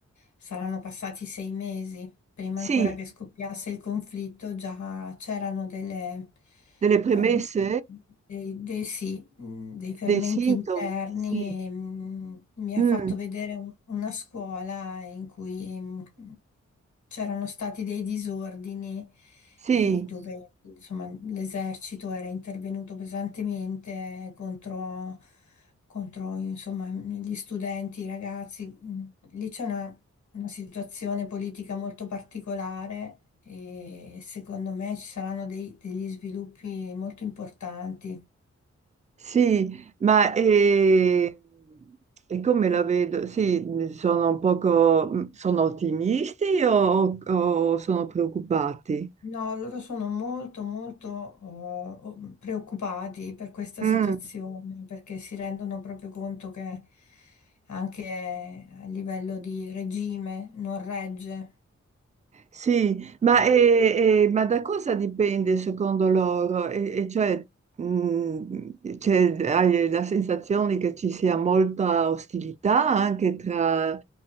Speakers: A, on the left; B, on the right.
A: saranno passati sei mesi, prima
B: sì,
A: ancora che scoppiasse il conflitto, già c'erano delle,
B: delle premesse,
A: ehm, dei, dei- sì, mh, dei fermenti
B: dei sintomi,
A: interni.
B: sì.
A: mh, Mi
B: Mm,
A: ha fatto vedere un- una scuola in cui mh, c'erano stati dei disordini
B: sì,
A: e dove insomma, l'esercito era intervenuto pesantemente contro contro, insomma, gli studenti, i ragazzi. Mm, Lì c'è una, una situazione politica molto particolare e secondo me ci saranno dei- degli sviluppi molto importanti.
B: sì, ma eh, e, come la vedo? Sì, sono un poco, mm, sono ottimisti o o sono preoccupati?
A: No, loro sono molto, molto eh, o- preoccupati per questa
B: Mm,
A: situazione perché si rendono proprio conto che anche a livello di regime non regge.
B: sì, ma, e- e- ma da cosa dipende secondo loro? E, e cioè, mm, c'è- hai la sensazione che ci sia molta ostilità anche tra,